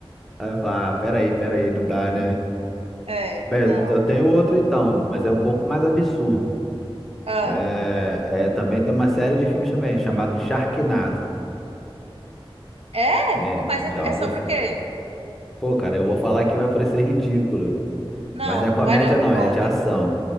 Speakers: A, in the centre; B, on the right.
A: Aí eu falo, ah, peraí, peraí, não dá, né?
B: É,
A: Bem,
B: não.
A: eu tenho outro então, mas é um pouco mais absurdo.
B: Ah.
A: É, é, também tem uma série de filmes também, chamado Sharknado.
B: É?
A: É,
B: Mas é,
A: já
B: é
A: ouviu?
B: sobre o quê?
A: Pô, cara, eu vou falar que vai parecer ridículo,
B: Não,
A: mas não é comédia
B: não vai não, me
A: não,
B: conta.
A: é de ação.